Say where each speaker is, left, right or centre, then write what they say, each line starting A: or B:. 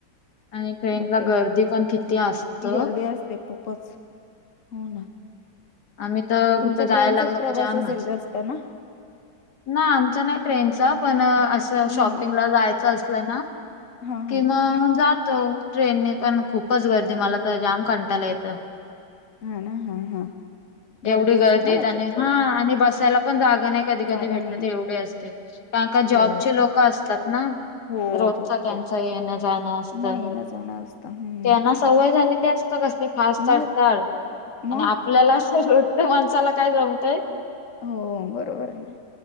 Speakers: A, on the left (about 65°); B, on the left (about 50°).
A: आणि ट्रेनला
B: मग ते
A: गर्दी पण किती असत
B: किती गर्दी असते खू पच हो ना.
A: आम्ही तर
B: तुमचा
A: कुठं जायला
B: ट्रेनचाच
A: लागलो
B: प्रवास
A: का जामच
B: असेल जास्त ना?
A: ना आमचा नाही ट्रेनचा पण असं
B: हं.
A: शॉपिंगला जायचं असलं ना
B: हां,
A: किंवा
B: हां.
A: जात तो ट्रेननी पण खूपच गर्दी मला तर जाम कंटाला येतं.
B: हा ना हा हा गर्दी
A: एवढी गर्दीत
B: असते ना त्याच्यात
A: आणि
B: खूप.
A: हा आणि बसायला पण जागा नाही कधी कधी
B: जागा
A: भेटत
B: नाही
A: एवढे असते, कारण का
B: हो
A: जॉबचे लोक असतात ना.
B: हो
A: रोजच
B: जॉबचे
A: त्यांच येण जाणं असत.
B: मग येन जाणं असतं हम्म
A: त्यांना सवय झाली कसली फस्ट
B: मग
A: ढढ
B: मग
A: आणि आपल्याला सर्वत माणसाला काय जमतय.
B: हो बरोबर आहे.